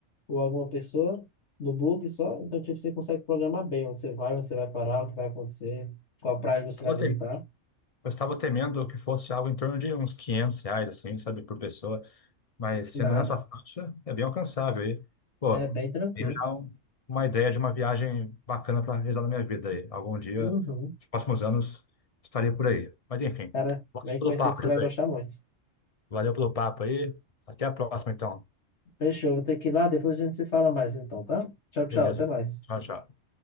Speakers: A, on the left; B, on the left.
A: ou alguma pessoa no bug só. Então, tipo, você consegue programar bem onde você vai, onde você vai parar, o que vai acontecer, qual praia você
B: Tava
A: vai visitar.
B: te- Eu estava temendo que fosse algo em torno de uns 500 reais, assim, sabe, por pessoa. Mas sendo
A: Nada.
B: nessa faixa, é bem alcançável. aí pô,
A: É bem tranquilo.
B: tenho já um- uma ideia de uma viagem bacana para realizar na minha vida aí. Algum dia,
A: Uhum.
B: nos próximos anos, estarei por aí. Mas, enfim,
A: Cara,
B: valeu
A: vem
B: pelo
A: conhecer
B: papo,
A: que você
B: Júlio.
A: vai gostar muito.
B: Valeu pelo papo aí. Até a próxima, então.
A: Fechou, vou ter que ir lá, depois a gente se fala mais então, tá? Tchau, tchau,
B: Beleza.
A: até mais.
B: Tchau, tchau.